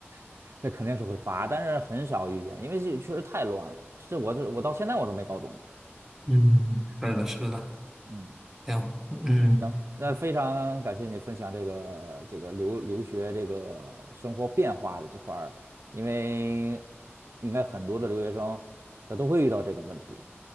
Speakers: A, on the right; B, in the centre.
A: <laughs> 这肯定是会罚，但是很少遇见，因为这确实太乱了，这我这我到现在我都没搞懂。
B: 嗯，是的，
A: 嗯
B: 是的，
A: 嗯。
B: 行，嗯，
A: 行，那非常感谢你分享这个这个留留学这个生活变化的这块儿，因为应该很多的留学生他都会遇到这种问题。